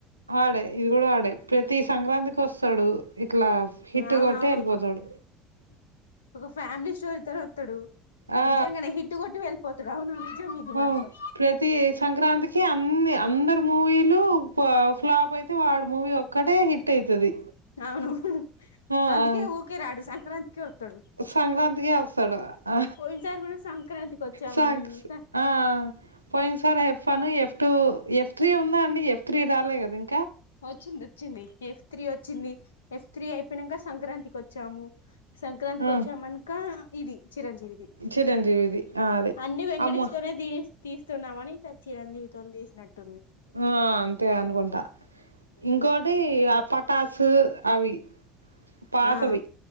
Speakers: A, on the right; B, on the left.
A: వాడే ఇది గుడ వాడే ప్రతి సంక్రాంతికి వస్తడు. ఇలా హిట్
B: అవునవును
A: కొట్టి ఎళ్ళిపోతడు.
B: ఒక ఫ్యామిలీ స్టోరీ తోని వత్తడు
A: ఆ
B: నిజంగనే హిట్ కొట్టి వెళ్ళిపోతడు అవును నిజం ఇది
A: ఆ
B: మాత్రం
A: ప్రతి సంక్రాంతికి అన్నీ అందర్ మూవీలు ఫ్లాప్ అయితే వాడు మూవీ ఒ క్కటే హిట్ అయితది
B: అవును
A: ఆ
B: అందుకే
A: ఆ
B: ఊకే రాడు సంక్రాంతికే వత్తడు
A: సంక్రాంతికే అస్తడు ఆ
B: పోయినసారి కూడా సంక్రాంతికి వచ్చామని
A: సం
B: చూసా
A: ఆ పోయిన్ సారే F one F two F three ఉందా అండి ఎఫ్ త్రీ రాలే కదా ఇం
B: ఒచ్చింది ఒచ్చింది. ఎఫ్ త్రీ వచ్చింది. ఎఫ్ త్రీ అయిపోయినంక సంక్రాంతిక్ వచ్చాము సంక్రాంతికి
A: ఆ,
B: ఒచ్చాం అన్కా ఇది చిరంజీవిది.
A: చిరంజీవిది ఆ, అదే
B: అన్ని వెంకటేష్
A: అమ్మ
B: తోనే దీని తీస్తున్నామని ఈ సారి చిరంజీవితోన్ తీసినట్టుంది.
A: ఆ అంతే అనుకుంటా ఇంకోటి ఆ పటాస్ అవి పాతవి
B: ఆ